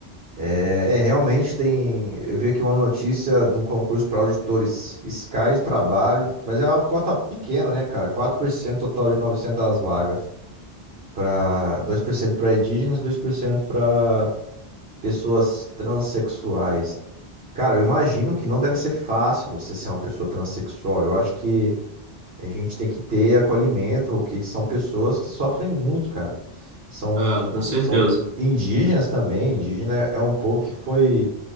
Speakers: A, on the right; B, on the right.
A: É, é, realmente tem. Eu vi aqui uma notícia de um concurso para auditores fiscais do trabalho, mas é uma cota pequena, né, cara? quatro por cento total de 900 vagas. Para 2% para indígenas, 2% para pessoas transexuais. Cara, eu imagino que não deve ser fácil você ser uma pessoa transexual. Eu acho que a gente tem que ter acolhimento, porque são pessoas que sofrem muito, cara. São,
B: É, com certeza.
A: são indígenas também. Indígena é um povo que foi